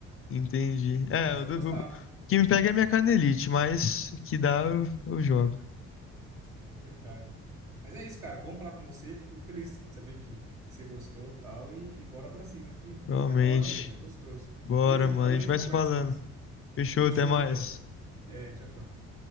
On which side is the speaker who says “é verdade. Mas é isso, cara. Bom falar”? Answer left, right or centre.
Right